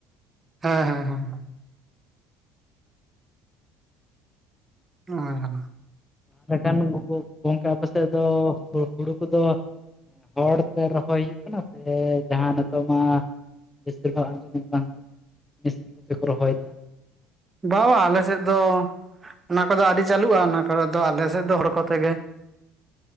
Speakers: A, on the right; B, on the left.
A: ᱦᱮᱸ ᱦᱮᱸ ᱦᱮᱸ ᱦᱮᱸ ᱱᱚᱣᱟ ᱜᱮ ᱠᱟᱱᱟ᱾
B: ᱢᱮᱱᱠᱷᱟᱱ ᱜᱚᱝᱠᱮ ᱟᱯᱮ ᱥᱮᱫ ᱫᱚ, ᱦᱩᱲᱩ ᱠᱚᱫᱚ ᱦᱚᱲ ᱛᱮ ᱨᱚᱦᱚᱭ ᱦᱩᱭᱩᱜ ᱠᱟᱱᱟ ᱥᱮ ᱡᱟᱦᱟᱸ ᱱᱤᱛᱚᱜ ᱢᱟ ᱵᱮᱥᱤᱨ ᱵᱷᱟᱜᱽ ᱟᱸᱡᱚᱢᱮᱫ ᱠᱟᱱ ᱢᱮᱥᱤᱱ ᱠᱚᱛᱮ ᱠᱚ ᱨᱚᱦᱚᱭ ᱫᱟ᱾
A: ᱵᱟ-ᱵᱟ ᱟᱞᱮ ᱥᱮᱫ ᱫᱚ ᱚᱱᱟ ᱠᱚᱫᱚ ᱟᱹᱰᱤ ᱪᱟᱹᱞᱩᱜᱼᱟ ᱚᱱᱟ ᱠᱚ ᱫᱚ ᱟᱞᱮ ᱥᱮᱫ ᱫᱚ ᱦᱚᱲ ᱠᱚ ᱛᱮᱜᱮ